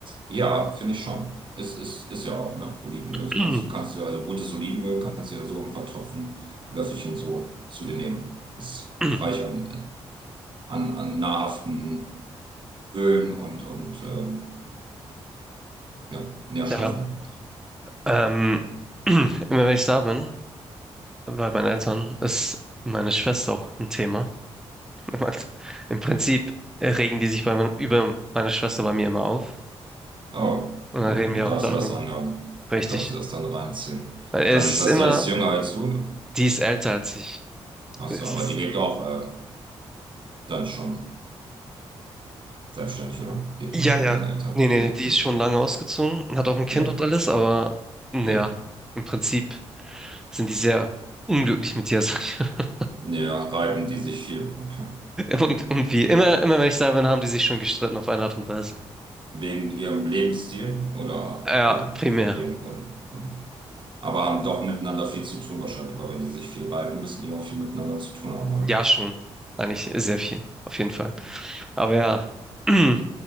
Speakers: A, on the right (about 45°); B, in the centre.
A: Ja, finde ich schon. Es ist, ist ja auch, ne? Olivenöl. Das
B: mal.
A: kannst du, kannst du ja, also gutes Olivenöl kannst du ja so ein paar Tropfen, Löffelchen so zu dir nehmen. Ist
B: <clears throat>
A: reich an, an, an nahrhaften Ölen und, und ähm, ja, Nährstoffen.
B: Ja. Ähm, <clears throat> immer wenn ich da bin, bei meinen Eltern, ist meine Schwester auch ein Thema. <laughs> Mann, Im Prinzip äh, regen die sich bei mein, über meine Schwester bei mir immer auf.
A: Oh,
B: Und
A: okay,
B: dann reden
A: du
B: wir
A: darfst
B: auch darüber.
A: dir das anhören.
B: Richtig.
A: Du darfst dir das dann reinziehen.
B: Weil es
A: Deine Schwester
B: ist immer,
A: ist jünger als du, ne?
B: die ist älter als ich.
A: Ach
B: Es
A: so, aber
B: ist,
A: die lebt auch äh, dann schon selbstständig, oder? Lebt
B: ja,
A: die noch bei
B: ja.
A: deinen Eltern?
B: Nee, nee,
A: Ja,
B: die
A: hm.
B: ist schon lange ausgezogen und hat auch ein Kind
A: ja,
B: und alles, aber naja,
A: ja.
B: im Prinzip sind die sehr unglücklich mit dir, sag ich. <laughs>
A: Ja, reiben die sich viel. Okay.
B: Und, und wie immer, immer wenn ich da bin, haben die sich schon gestritten auf eine Art und Weise.
A: Wegen ihrem Lebensstil oder
B: Ja,
A: wegen,
B: primär.
A: wegen und. Hm. Aber haben doch miteinander viel zu tun wahrscheinlich, weil wenn die sich viel reiben, müssen die auch viel miteinander zu tun haben, oder?
B: Ja, schon. Eigentlich sehr viel, auf jeden Fall. Aber ja, <clears throat>